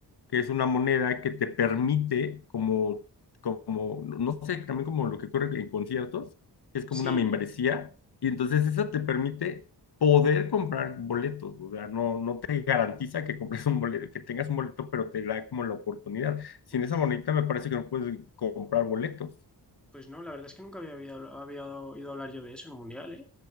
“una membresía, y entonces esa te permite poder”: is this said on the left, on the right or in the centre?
Left